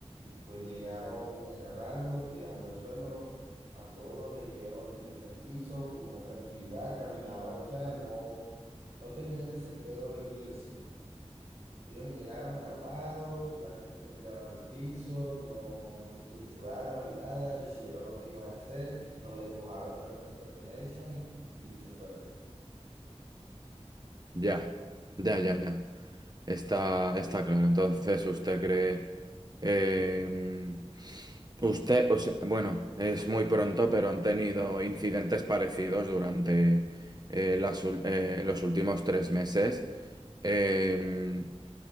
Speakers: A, on the right; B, on the right.
A: pues llegaron agarrando, tirando al suelo, a todos le dijeron tienes el piso, con una tranquilidad caminaban, o sea, no, no tenían desespero en irse. Ellos llegaron calmados, la gente se tiraba al piso, no se sulfuraron ni nada, hicieron lo que iban a hacer, nos despojaron de nuestras pertenencias y y se fueron.
B: Ya, ya, ya, ya. Está, está claro. Entonces, ¿usted cree... eh, usted, o sea, bueno, es muy pronto, pero han tenido incidentes parecidos durante eh, las ul- eh, los últimos tres meses. Eh,